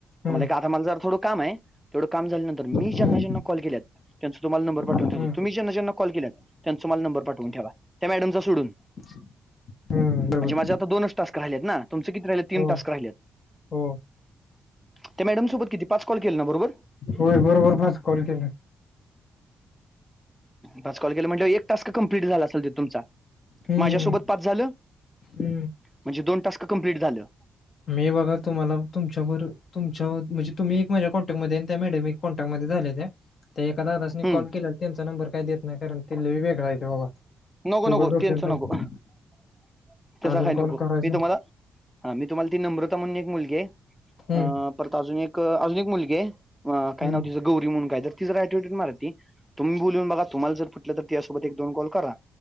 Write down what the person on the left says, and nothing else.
हम्म
हम्म
हम्म
<inaudible> हम्म बरोबर
हो
हो
होय बरोबर पाच कॉल केल्यात.
हम्म
हम्म
मी बघा तुम्हाला तुमच्यावर तुमच्या म्हणजे तुम्ही एक माझ्या कॉनटॅक्टमध्ये आणि त्या मॅड कॉन्टॅक्ट मध्ये झाल्यात्या. ते एका दादासनी
कॉल केला त्यांचा नंबर काय देत नाही कारण ते लय वेगळा ये बाबा.
त्यो
उगाच डोक्याला
ताप
अजून
कॉल
करायचा
हम्म
हम्म